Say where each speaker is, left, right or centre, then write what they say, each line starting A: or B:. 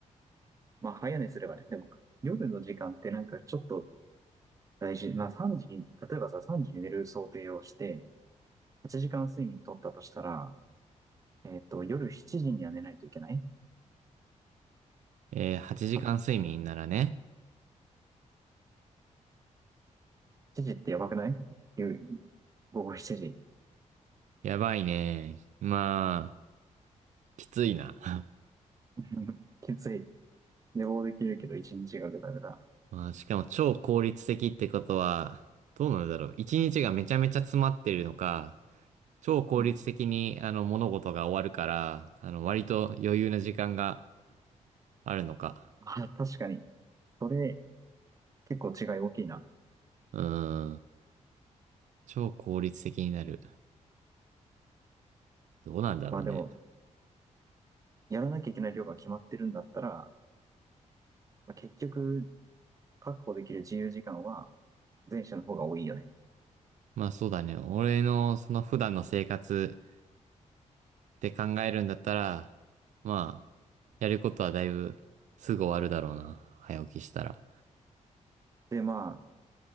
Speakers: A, on the right (about 25°); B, on the right (about 70°).
A: まあ、早寝すればね。でも、夜の時間ってなんかちょっと大事。まあ、3時に、例えばさ、3時に寝る想定をして、8時間睡眠取ったとしたら、えっと、夜7時には寝ないといけない
B: えー、8時間睡眠ならね。
A: かな。7時ってやばくない夜午後7時。
B: やばいね。まあ、きついな。
A: <laughs> きつい。寝坊できるけど1日がぐだぐだ。
B: <laughs> まあ、しかも超効率的ってことは、どうなんだろう。一日がめちゃめちゃ詰まってるのか、超効率的にあの物事が終わるから、
A: うん。
B: あの割と余裕な時間があるのか。
A: あ、確かに。それ、結構違い大きいな。
B: うん。超効率的になる。どうなんだろうね。
A: まあでも、やらなきゃいけない量が決まってるんだったら、まあ、結局、確保できる自由時間は前者の方が多いよね。
B: まあそうだね。俺のその普段の生活って考えるんだったら、まあ、やることはだいぶすぐ終わるだろうな。早起きしたら。
A: で、ま